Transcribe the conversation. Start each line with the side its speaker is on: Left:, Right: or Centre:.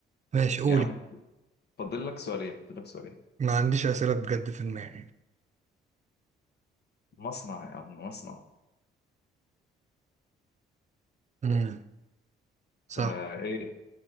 Right: ماشي قولي
Left: يا عم فاضل لك سؤالين فاضل لك سؤالين
Right: ما عنديش أسئلة بجد في دماغي
Left: مصنع يا عم مصنع
Right: مم. صح
Left: فإيه